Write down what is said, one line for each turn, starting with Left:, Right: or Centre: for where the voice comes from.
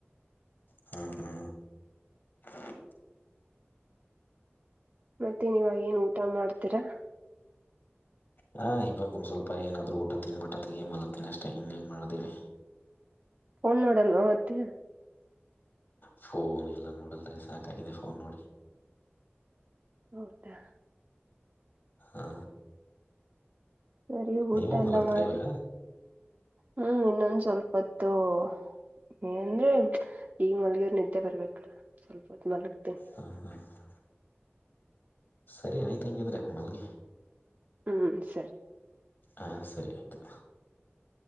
Left: ಹ್ಮ ಹ್ಮ <inaudible>
Right: ಮತ್ತೆ ಇವಾಗ ಏನ್ ಊಟ ಮಾಡ್ತೀರಾ
Left: ಹಾ, ಇವಾಗ ಒಂದ್ ಸ್ವಲ್ಪ ಏನಾದ್ರು ಊಟ ತಿನ್ಬಿಟ್ಟ ತೆಗಿ ಮಲಗತಿನಿಅಷ್ಟೇ ಇನ್ನೇಏನ್ ಮಾಡದೇಳಿ.
Right: ಪೋನ್ ನೋಡಲ್ವ ಮತ್ತೆ
Left: ಫೋನ್ ಎಲ್ಲಾ ನೋಡಲ್ರಿ ಸಾಕಾಗಿದೆ ಫೋನ್ ನೋಡಿ.
Right: ಹೌದಾ!,
Left: ಹಾ,
Right: ಸರಿ ಊಟ
Left: ನೀವು
Right: ಎಲ್ಲಾ
Left: ಮಲಗ್ತೀರಾ
Right: ಮಾಡಿ
Left: ಇವಾಗ
Right: ಹ್ಮ್, ಇನ್ನೊಂದ ಸ್ವಲ್ಪತ್ತು- ಅಂದ್ರೆ ಈಗ ಮಲ್ಗಿದರ್ ನಿದ್ದೆ ಬರ್ಬೇಕಲ್ಲ ಸ್ವಲ್ಪ ಹೊತ್ತುಮಲಗ್ ತಿನಿ.
Left: ಹ್ಮ ಹ್ಮ <inaudible> ಸರಿ ಆಯ್ತ ಹಂಗಾದ್ರೆ ಮಲ್ಗಿ
Right: ಹ್ಮ್, ಸರಿ
Left: ಹಾ, ಸರಿಆಯ್ತು.